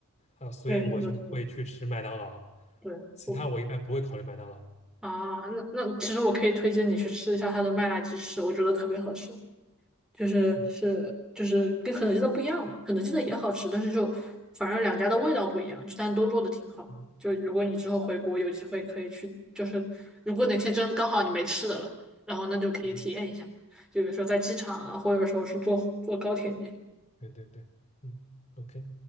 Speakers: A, on the left (about 30°); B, in the centre.
A: 啊，所以我就会去吃麦当劳。
B: 对，是的，是的，对。
A: 其他我一般不会考虑麦当劳。
B: 我。啊，那那其实我可以推荐你去吃一下它的麦辣鸡翅，我觉得特别好吃，就是是就是跟肯德基的不一样嘛，
A: 嗯
B: 肯德基的也好吃，但是就反正两家的味道不一样，但都做的挺好的。
A: 嗯
B: 就如果你之后回国有机会可以去，就是如果哪天真刚好你没吃的了，然后那就可以体验一下，
A: 嗯，嗯
B: 就比如说在机场啊，或者说是坐坐高铁，那。些。
A: 对对对，嗯，OK。